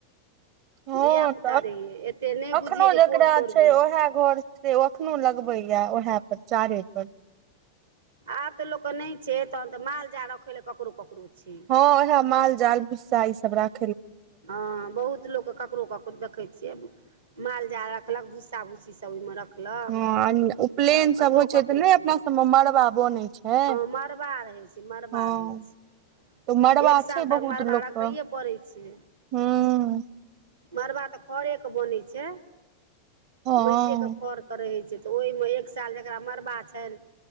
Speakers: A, on the right; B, on the right.
A: हँ
B: धियापुता
A: तऽ
B: रहियै एते नहि
A: एखनो
B: बुझियै जे
A: जेकरा
B: कोन तोड़बै
A: छै ओह घर से ओखन लग पै य ओहै पर चारे पर
B: आब तऽ लोक के नय छै तहन तऽ माल जाल रखे लए ककरो ककरो छै
A: ह ओहाय माल जाल भुसा ई सब राख
B: हँ बहुत लोक के ककरो ककरो देखे छिये माल जाल राखलक भूस्सा भूस्सी सब उहि मे रखल लक
A: हँ उपनयन
B: तऽ ककरो
A: सब होइ
B: ककरो
A: तऽ नहि
B: छै
A: अपना सबमे मड़बा बनै छै
B: ह मड़बा रहइ छै मड़बा
A: हँ
B: रहै छै
A: तऽ मड़बा
B: एक साल
A: छै
B: तऽ
A: बहुत
B: मड़बा
A: लोकके
B: रखैए पड़ै छै
A: हूँ
B: मड़बा तऽ खरे के बनै छै
A: हँ
B: माइटे के खर रहै छै तऽ ओहिमे एक साल जकरा मड़बा छैन